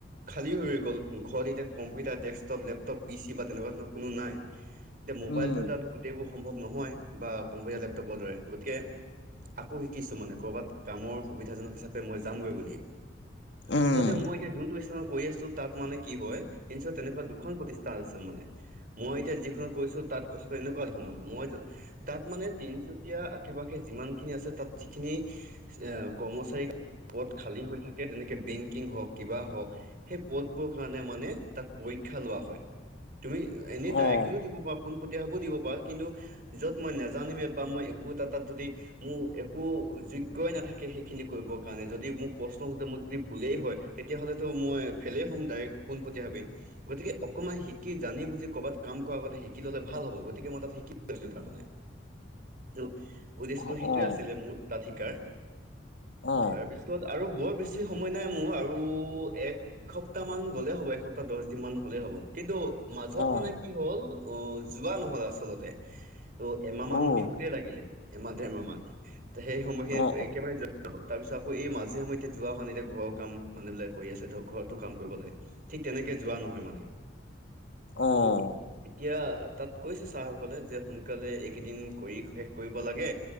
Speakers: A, on the right; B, on the left.
A: খালী হৈ গ'ল উম, ঘৰত এতিয়া computer, desktop, laptop, P C বা তেনেকুৱা ধৰণৰ কোনো নাই। এতিয়া মোবাইলটোৰ
B: উম,
A: দাৰা গোটেইবোৰ সম্ভৱ নহয় বা কম্পিউটাৰ, লেপটপৰ দৰে গতিকে আকৌ হিকিছো মানে ক'ৰবাত কামৰ সুবিধাজনক হিচাপে মই যামগৈ বুলি। আচলতে
B: উম,
A: মই এতিয়া যোনটো স্থানত কই আছোঁ তাত মান কি হয় <unintelligible> তেনেকুৱা দুখন প্ৰতিষ্ঠান মানে, মই এতিয়া যিখনত কইছোঁ তাত কথা এনেকুৱা ধৰণৰ, মই য তাত মানে তিনচু কীয়া আশে-পাশে যিমান খিনি আছে তাত যিখিনি, এ কৰ্মচাৰী পদ খালী হৈ থাকে যেনেকে বেংকিং হওঁক কিবা হওঁক, সেই পদবোৰ কাৰণে মানে তাত পৰীক্ষা লোৱা হয়, তুমি <unintelligible> এনে ডায়েকলিও
B: অ',
A: দিব পা পোনপটীয়াভাৱেও দিব পা কিন্তু য'ত মই নেজানিমেই বা মই একো এটা তাত যদি মো একো যোগ্যই নাথাকে সেইখিনি কৰিবৰ কাৰণে যদি মোক প্ৰশ্ন সুধে মো যদি ভুলেই হয় তেতিয়াহ'লেতো মই ফেলেই হ'ম ডায়েক পোনপটীয়াভাৱে। গতিকে অকমান হিকি জানি বুজি ক'বাত কাম কৰা আগতে হিকি ল'লে ভাল হ'ব গতিকে মই তাত হিকি <unintelligible> ছিলো তাৰমানে, <unintelligible> উদ্দেশ্যটো
B: অ',
A: সেইটোৱে
B: অ',
A: আছিলে মোৰ তাত হিকাৰ,
B: অ',
A: তাৰপিছ তাত আৰু বৰ বেছি সময় নাই মোৰ আৰু এক এসপ্তাহ মান গ'লেই হ'ব, এসপ্তাহ দচ দিন মান হ'লেই হ'ব, কিন্তু মাজত
B: অ', অ',
A: মানে কি হ'ল অ, যোৱা নহ'ল আচলতে। ত' এমাহ মান
B: অ',
A: বিহুতেই লাগিলে, এমাহ দেৰমাহ মান। তে সেই সময় সেই
B: অ',
A: এইকেবাৰে <unintelligible> তাৰপিছত আকৌ এই মাজে সময়ে এতিয়া যোৱা হোৱা নাই এতিয়া ঘৰ কাম মানুহ বিলাক কৰি আছে, ধৰ ঘৰতো কাম কৰিব লাগে। ঠিক তেনেকে যোৱা নহয় মানে, ত'
B: অ',
A: এত-এতিয়া তাত কৈছে ছাৰসকলে যে সোনকালে এইকেইদিন কৰি শেষ কৰিব লাগে।